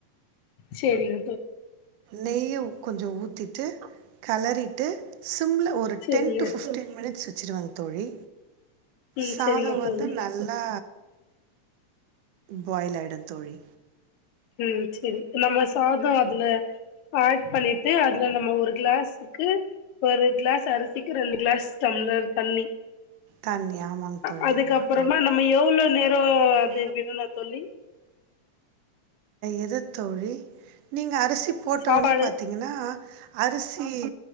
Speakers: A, on the left (about 80°); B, on the right (about 75°).
A: செரிங்
B: நெய்ய கொஞ்சொ ஊத்திட்டு களறிட்டு சி ம்ல ஒரு
A: செரிங்க
B: டென் டு ஃபிஃப்டீன் மினிட்ஸ் வெச்ருவங் தோழி.
A: ம்
B: சாதோ
A: செரிங்க தோழி
B: வந்து நல்லா பாய்ல் ஆய்டுந் தோழி.
A: ம் செரி நம்ம சாதோ அதுல ஏட் பண்ணிட்டு அதுல நம்மொ ஒரு கிளாஸுக்கு ஒரு க்ளாஸ் அரிசிக்கு ரெண்டு க்ளாஸ் டம்ளர் தண்ணி
B: தண்ணி ஆமாங்க
A: அ
B: தோழி
A: அதுக்கப்
B: ஆமாங்க
A: புறமா நம்ம எவ்ளோ நேரோ
B: தோழி
A: அது விடணு தோழி?
B: எதத்தோழி நீங்க அரிசி போட்டவுனே
A: சாப்பாடு
B: பாத்திங்கனா அரிசி இ